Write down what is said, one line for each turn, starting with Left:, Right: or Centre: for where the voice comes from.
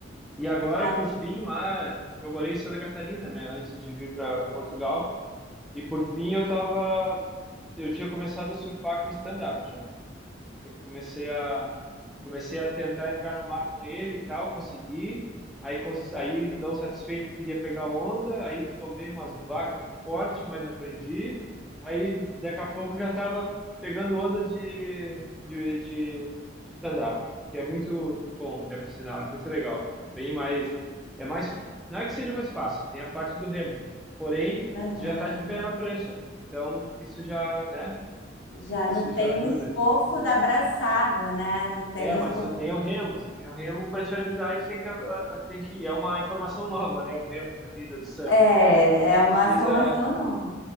Centre: E agora,
Left: ai,
Centre: por fim, lá, eu morei em Santa Catarina, né, antes de vir para Portugal. E por fim, eu tava, eu tinha começado a surfar com stand-up já. Eu comecei a comecei a tentar entrar no mar com ele e tal, consegui. Aí, cons- aí não satisfeito, queria pegar onda, aí tomei umas vacas fortes, mas aprendi. Aí daqui a pouco já estava pegando onda de, de, de, de stand-up, que é muito bom, até por sinal, é muito legal. É bem mais, é mais, não é que seja mais fácil, tem a parte do remo. Porém,
Left: aham.
Centre: você já está de pé na prancha, então isso já, né?
Left: Já não
Centre: Isso
Left: tem
Centre: já ajuda.
Left: o esforço da abraçada, né? Não tem
Centre: É,
Left: o
Centre: mas
Left: esforço.
Centre: você tem o Remo, você tem o Remo para te ajudar e você tem que, a- a- tem que. É uma informação nova, né? O Remo na vida do surf.
Left: É,
Centre: Então,
Left: é
Centre: precisa.
Left: uma informação não.